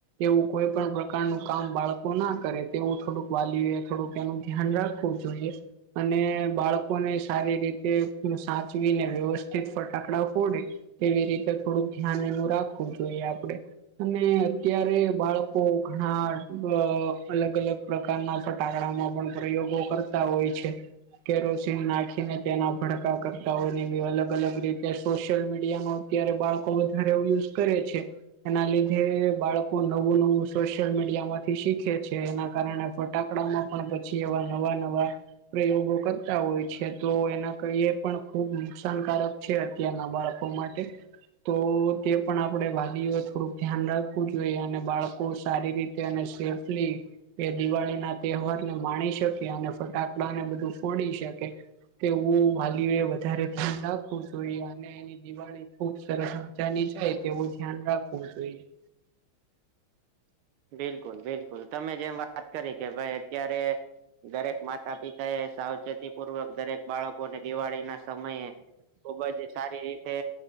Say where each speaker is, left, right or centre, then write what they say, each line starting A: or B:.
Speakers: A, on the right; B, on the right.
A: એવું કોઈ પણ પ્રકારનું કામ બાળકો ના કરે તેવું થોડુંક વાલીઓ એ થોડુંક એનું ધ્યાન રાખવું જોઈએ. અને બાળકોને સારી રીતે સાચવીને વ્યવસ્થિત ફટાકડા ફોડે એવી રીતે થોડુંક ધ્યાન એનું રાખવું જોઈએ આપડે. અને અત્યારે બાળકો ઘણા બ અલગ અલગ પ્રકારના ફટાકડામાં પણ પ્રયોગો કરતા હોય છે. કેરોસીન નાખીને તેના ભડકા કરતા હોય ને એવી અલગ અલગ રીતે સોશિયલ મીડિયામાં અત્યારે બાળકો વધારે એવું યુઝ કરે છે. એના લીધે બાળકો નવું નવું સોશિયલ મીડિયા માંથી શીખે છે એના કારણે ફટાકડા માં પણ પછી એવા નવા નવા પ્રયોગો કરતા હોય છે તો એના કઈએ પણ ખુબ નુકસાનકારક છે અત્યારના બાળકો માટે. તો તે પણ આપણે વાલીઓ થોડુંક ધ્યાન રાખવું જોઈએ અને બાળકો સારી રીત તા અને સેફલી એ દિવાળીના તહેવાર. નેમાણી શકે અને ફટાકડા ને બધું ફોડી શકે. તેવું વાલીઓ એ વધારે ધ્યાન રાખવું જોઈ અને નેદિવાળી ખુબ સરસ મજાની જાય તેવું ધ્યાન રાખવું જોઈએ.
B: બિલકુલ બિલકુલ તમે જેમ વાત કરી કે ભાઈ અત્યારે. દરેક માતા પિતા એ સાવચેતી પૂર્વક દરેક બાળકો ને દિવાળીના સમયે ખુબજ સારી રીતે